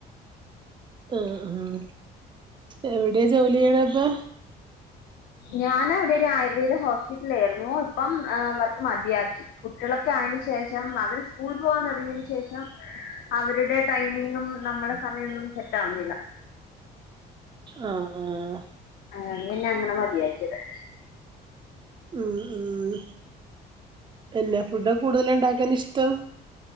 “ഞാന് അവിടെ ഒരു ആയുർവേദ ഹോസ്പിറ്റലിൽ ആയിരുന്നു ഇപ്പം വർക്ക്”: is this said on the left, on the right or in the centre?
Left